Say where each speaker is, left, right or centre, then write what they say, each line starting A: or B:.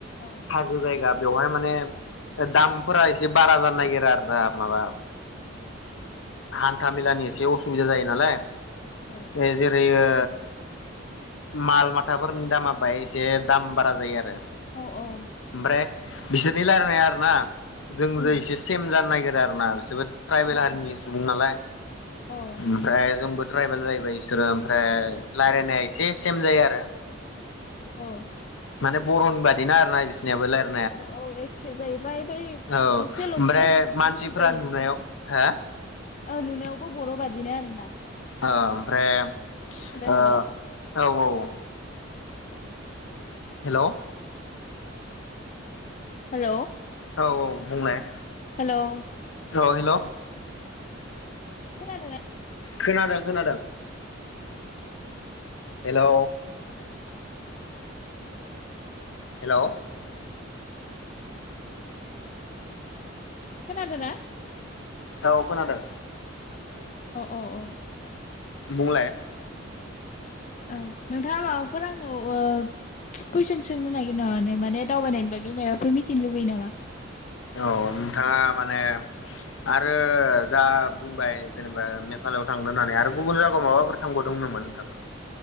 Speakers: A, on the left; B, on the left.
A: औ
B: हाजो जायगा बेवहाय माने ओ दामफोरा एसे बारा जानो नागिरो आरो ना माबा
A: <inaudible>
B: हान्था मेलानि एसे असुबिदा जायो नालाय
A: औ
B: ए जेरै ओ माल माथाफोरनि दामा बाहाय एसे दाम बारा जायो आरो
A: औ औ
B: ओमफ्राय बिसोरनि लायरायनाया आरो ना जोंजो
A: उम
B: एसे सेम जानो नायगेर आरोना बिसोबो ट्राइबेल
A: औ
B: हारिनि सु सुबुं नालाय
A: औ
B: ओमफ्राय जोंबो ट्राइबेल जाहैबाय इसोरो ओमफ्राय रायलायनाया एसे सेम जायो आरो
A: औ
B: माने बर'नि बादिना आर ना बिसिनियाबो रायलायनाय
A: औ औ एखे जाहैबाय बै
B: औ
A: एसेलसो
B: ओमफ्राय मानसिफोरा
A: गुबुन जायो
B: नुनायाव
A: बिसना
B: हो
A: ओ नुनायावबो बर बादिनो आरो ना
B: औ ओमफ्राय ओ
A: हेल'
B: औ औ हेल
A: हेल
B: औ औ बुंनाय
A: हेलौ
B: औ हेल
A: खोनादोंना
B: खोनादों खोनादों हेल हेल
A: खोनादोंना
B: औ खोनादों
A: अ अ औ ओ
B: बुंलाय
A: औ नोंथाङा माबाफोर आंनाव ओ कुइसन सोंनो नागिर नामा माने दावबायनायनि बागै माबाफोर मिथिनो लुगैयो नामा
B: औ नोंथाङा माने आरो जा बुंबाय जेनेबा मेघालयाव थांदो होननानै आरो गुबुन जायगायाव माबाफोर थांबावदोंमोन नामा नोंथाङा